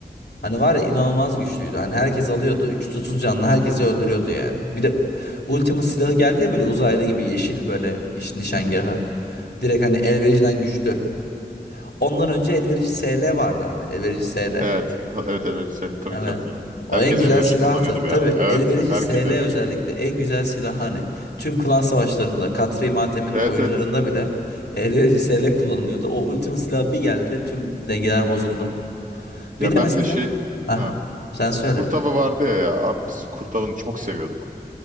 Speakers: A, on the left; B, on the right.
A: Hani var ya inanılmaz güçlüydü. Hani herkes alıyordu 330 canlı herkesi öldürüyordu yani. Bir de Ultima silahı geldi ya böyle uzaylı gibi yeşil böyle işte nişangahı.
B: Hı hı.
A: Direkt hani elvericiden güçlü. Ondan önce elverici SL vardı hani elverici SL.
B: Evet. Ha- Evet elverici seni tabii
A: Evet.
B: ki hatırlıyorum.
A: O
B: Herkes
A: en güzel
B: elverici
A: silahtı.
B: kullanıyordu bir
A: Tabii
B: ara. ya. Evet
A: elverişi
B: herkes
A: SL
B: elverici
A: özellikle
B: kullanıyordu.
A: en güzel silah hani. Tüm klan savaşlarında Katri Matem'in
B: Evet
A: oyuncularında
B: evet.
A: bile elverişi SL kullanılıyordu. O ultimate silah bir geldi tüm dengeler bozuldu.
B: Ya
A: Bir de
B: ben
A: mesela
B: bir de şey
A: Hah,
B: ha,
A: sen söyle.
B: kurt vardı ya ya. Abi biz kurtavını çok seviyorduk.